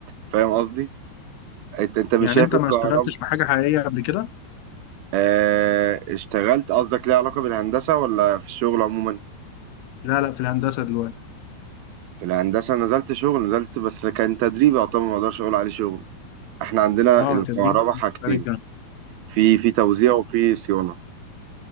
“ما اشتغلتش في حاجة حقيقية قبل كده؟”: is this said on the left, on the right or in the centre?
Left